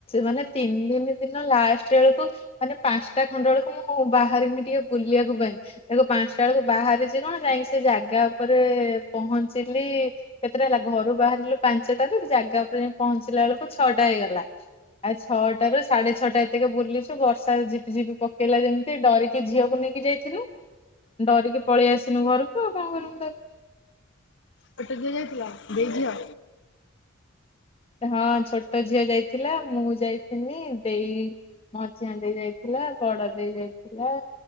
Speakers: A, on the left (about 30°); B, on the left (about 60°).
A: ମାନେ ତିନି ଦିନି ଦିନ ଲାଷ୍ଟ ବେଳକୁ ମାନେ ପାଞ୍ଚଟା ଖଣ୍ଡ ବେଳକୁ ମୁଁ ବାହରିମି ଟିକେ ବୁଲିବାକୁ ପାଇଁଖ ପାଞ୍ଚଟା ବେଳକୁ ବା କଣ ଯାଇି ସେ ଜାଗା ଉପରେ ପହଞ୍ଚିଲି କେତେଟା ହେଲା ଘରୁ ବାହା ଞ୍ଚିଲୁ ପାଞ୍ଚଟା ଜାଗା ଉପରେ ଯ ପହଞ୍ଚିଲା ବେଳକୁ ଛଅଟା ହେଇଗଲା ଆଉ ଛଅଟାରୁ ର ସାଢେ ଛଅଟା ଏତକ ବୁଲିଛୁ ବର୍ଷା ଝପି ଝିପି ପକେଇଲା ଯେମିତି ଡରିକି ଝିଅକୁ ନେଇ ଟିକେ ଯାଇଥିଲୁ ଡରିକି ପଳେଇ ଆସନୁ ଘରକୁ ଆଉ କଣ କରୁ ତା
B: କଟକ ଯିଆ ଯାଇଥିଲା ଦେଇ ଝିଅ
A: ହଁ ଛୋଟ ଝିଅ ଯାଇଥିଲା ମୁଁ ଯାଇଥିନି ଦେଇ ମଝିଆ ଦେଇ ଯାଇଥିଲା ବଡ ଦେଇ ଯାଇଥିଲା